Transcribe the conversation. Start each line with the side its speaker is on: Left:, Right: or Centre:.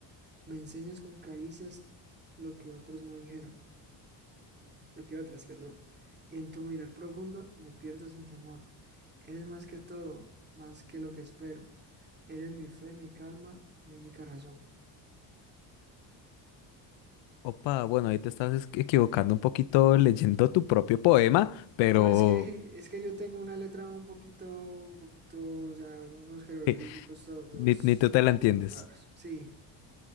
Right: Me enseñas con caricias lo que otros no dijeron, lo que otras, perdón. Y en tu mirar profundo me pierdo sin temor. Eres más que todo, más que lo que espero. Eres mi fe, mi calma, mi única razón.
Left: opa, bueno, ahí te estás es- equivocando un poquito leyendo tu propio poema, pero
Right: No, es que es que yo tengo una letra un poquito, un poquito, o sea, unos jeroglíficos
Left: <laughs>
Right: todos,
Left: ni, ni tú te la entiendes.
Right: todos raros. Sí.